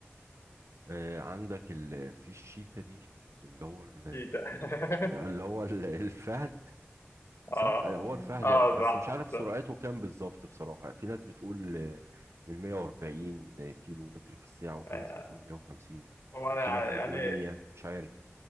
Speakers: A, on the right; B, on the left.
A: آه، عندك ال... في الشيتا دي اللي هو ال...
B: تيتا
A: اللي هو ال... <laughs> الفهد
B: <laughs> آه
A: صح آه، هو الفهد
B: آه
A: اه بس
B: صح
A: مش عارف سرعته
B: صح.
A: كام بالظبط بصراحة في ناس بتقول آه، من 140 كيلو متر في الساعة وفي
B: آه،
A: ناس بتقول 150
B: وأنا
A: وفي ناس بتقول
B: يعني
A: 100 مش عارف